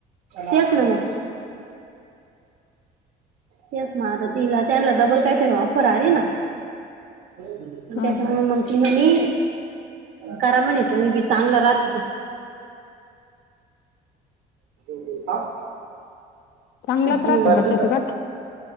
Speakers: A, on the right; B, on the left.
A: तेस ना म तेस म आता तिला त्यांला डबल काहीतरी ऑफर आली ना त्याच्यामु
B: हा हा
A: मग कि मनी करा म्हणे तुम्ही बी चांगलं राहत ते ह
B: चांगलाच
A: हम्म
B: राहत बचत कट